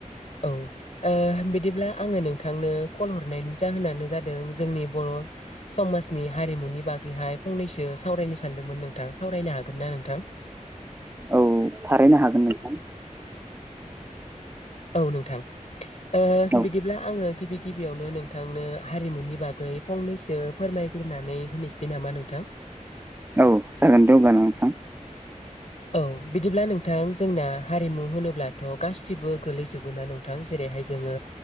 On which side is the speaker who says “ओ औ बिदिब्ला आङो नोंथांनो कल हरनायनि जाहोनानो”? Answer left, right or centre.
Left